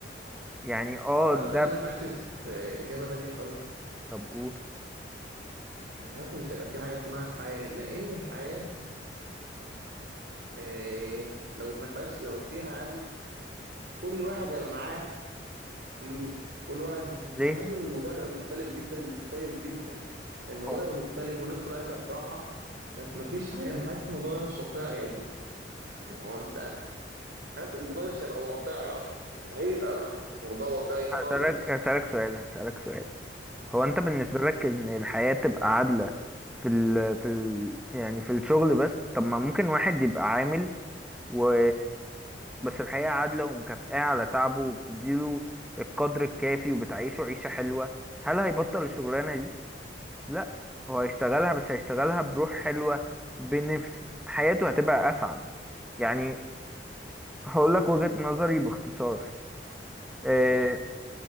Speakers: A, in the centre; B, on the right.
A: يعني اه
B: تعرف
A: ده
B: إن أنا حاسس آه، إجابة تانية خالص
A: طب قول
B: أنا حاسس مش هيبقى في حاجة اسمها حياة لأن الحياة آه، لو ما فيهاش لو فيها عدل كل واحد هيبقى معاه فلوس كل واحد
A: ليه
B: أنا حاسس إن الموضوع هيبقى مختلف جدا مختلف جدا الموضوع
A: هو
B: هيبقى مختلف والناس كلها عايشة في راحة بس مفيش حياة أنا حاسس الموضوع ده مش واقعي يعني ما هو أنت حاسس إن الموضوع مش هيبقى واقعي أصلا مستحيل يبقى موضوع واقعي خالص
A: هسألك هسألك سؤال هسألك سؤال هو انت بالنسبة لك ان الحياة تبقى عادلة في ال في ال يعني في الشغل بس طب ما ممكن واحد يبقى عامل و بس الحياة عادلة ومكافئة على تعبه وبتديله القدر الكافي وبتعيشه عيشة حلوة هل هيبطل الشغلانة دي؟ لا هو هيشتغلها بس هيشتغلها بروح حلوة بنفس حياته هتبقى أسعد يعني هقول لك وجهة نظري باختصار آه،
B: اتفضل